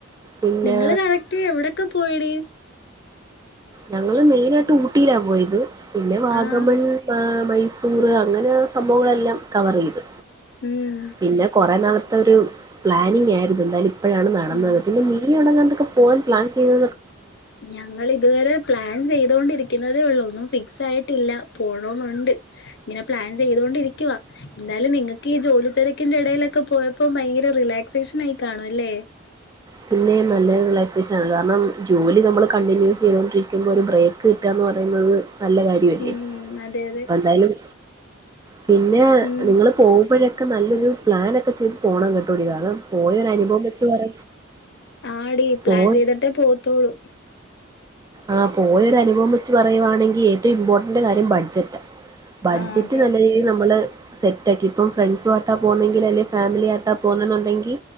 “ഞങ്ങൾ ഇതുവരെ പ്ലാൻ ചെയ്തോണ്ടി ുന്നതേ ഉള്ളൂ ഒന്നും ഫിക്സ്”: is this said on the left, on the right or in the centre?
Left